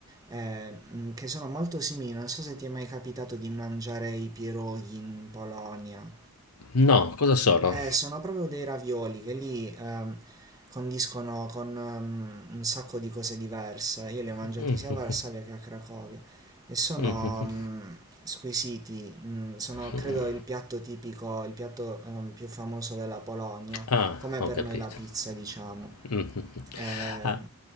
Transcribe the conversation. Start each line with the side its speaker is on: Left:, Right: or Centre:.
Right: eh, mm, che sono molto simili. Non so se ti è mai capitato di mangiare i pierogi in Polonia.
Left: No, cosa sono?
Right: Eh, sono proprio dei ravioli che lì ehm, condiscono con ehm, un sacco di cose diverse. Io
Left: <laughs>
Right: li ho mangiati
Left: Mhm,
Right: sia a Varsavia che a Cracovia e sono
Left: mhm,
Right: mm, squisiti. Mm, sono,
Left: mhm.
Right: credo, il piatto tipico, il piatto ehm, più famoso della Polonia,
Left: Ah,
Right: come
Left: ho
Right: per
Left: capito.
Right: noi la pizza, diciamo.
Left: Mh-mh, mh.
Right: Eh,
Left: A